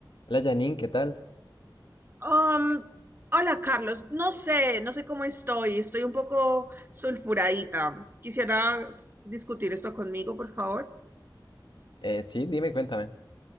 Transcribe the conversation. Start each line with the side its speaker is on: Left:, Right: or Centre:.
Left: Hola Janine, ¿qué tal?
Right: Um, hola Carlos, no sé, no sé cómo estoy, estoy un poco sulfuradita. ¿Quisieras discutir esto conmigo, por favor?
Left: Eh, sí, dime, cuéntame.